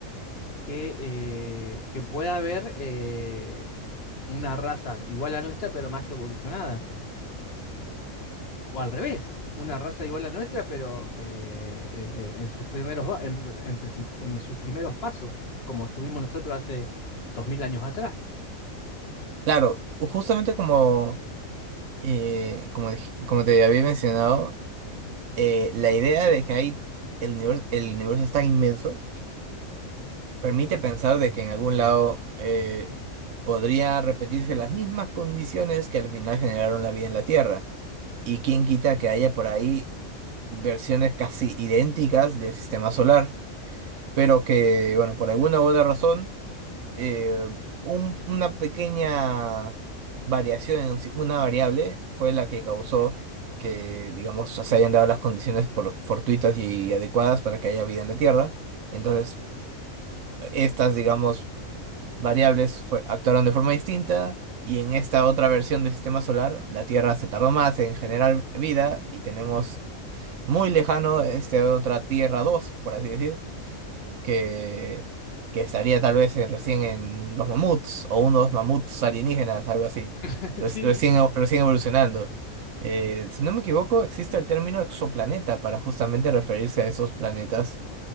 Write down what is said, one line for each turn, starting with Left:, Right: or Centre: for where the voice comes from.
Left: que, eh, que pueda haber eh, una raza igual a nuestra, pero más evolucionada. O al revés, una raza igual a nuestra, pero eh, eh, eh, en sus primeros, va- en, en presu- en sus primeros pasos, como estuvimos nosotros hace dos mil años atrás.
Right: Claro, justamente como, eh, como, dij- como te había mencionado, eh, la idea de que hay el universo, el universo es tan inmenso permite pensar de que en algún lado eh, podría repetirse las mismas condiciones que al final generaron la vida en la Tierra. Y quién quita que haya por ahí versiones casi idénticas del sistema solar, pero que, bueno, por alguna u otra razón, eh, un- una pequeña variación, en si- una variable, fue la que causó que, digamos, se hayan dado las condiciones por, fortuitas y adecuadas para que haya vida en la Tierra. Entonces, estas, digamos, variables fue- actuaron de forma distinta y en esta otra versión del sistema solar la Tierra se tardó más en generar vida y tenemos muy lejano este otra Tierra 2 por así decir, que, que estaría tal vez en- recién en los mamuts o unos mamuts alienígenas, algo así,
Left: <laughs>
Right: Reci-
Left: Sí,
Right: recién, recién evolucionando. Eh, si no me equivoco, existe el término exoplaneta para justamente referirse a esos planetas